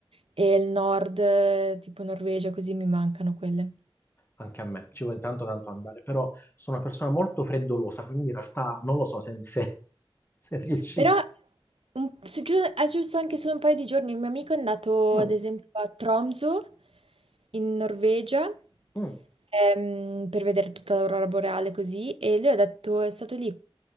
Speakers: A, on the right; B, on the left.
A: e il nord, eh, tipo Norvegia, così mi mancano quelle.
B: anche a me, ci vuole tanto tanto andare, però sono una persona molto freddolosa, quindi in realtà non lo so se, se, se riuscissi.
A: Però un- su- giu- ah, giusto anche solo un paio di giorni, un mio amico è andato
B: Mm,
A: ad esempio a Tromsø in Norvegia
B: mm,
A: ehm, per vedere tutta l'aurora boreale così e lui ha detto è stato lì